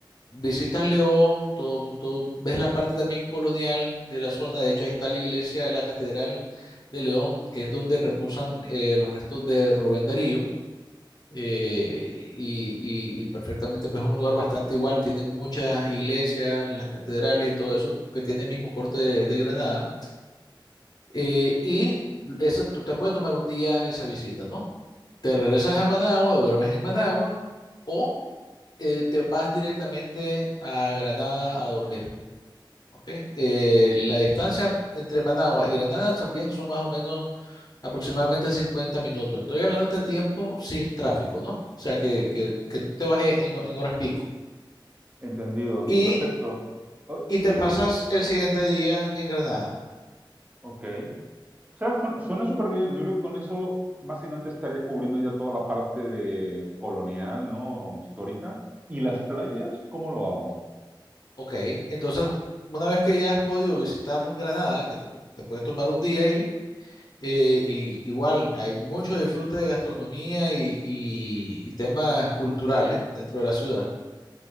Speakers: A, on the left; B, on the right.
A: visitas León, todo, todo- ves la parte también colonial de la zona, de hecho ahí está la iglesia, de la Catedral de León, que es donde reposan eh, los restos de Rubén Darío. eh, y, y- y perfectamente pues es un lugar bastante igual, tienen muchas iglesias, las catedrales y todo eso que tiene el mismo corte de de Granada. Eh, y eso tú- te puede tomar un día esa visita, ¿no? Te regresas a Managua, duermes en Managua o eh, te vas directamente a Granada a dormir, ¿ok? Eh, la distancia entre Managua y Granada también son más o menos aproximadamente 50 minutos. Estoy hablando de este tiempo sin tráfico, ¿no? O sea, que, que- que no te bajes en, en horas pico.
B: Entendido,
A: Y,
B: perfecto. Oh,
A: y
B: Sí,
A: te pasas el siguiente día en Granada.
B: Ok. O sea, su- suena súper bien. Yo creo que con eso básicamente estaría cubriendo ya toda la parte de colonial, ¿no? Histórica. ¿Y las playas? ¿Cómo lo hago?
A: Ok, entonces, una vez que ya has podido visitar Granada, que te, to- te puedes tomar un día ahí, eh, y igual hay mucho disfrute de gastronomía y, y- y temas culturales dentro de la ciudad.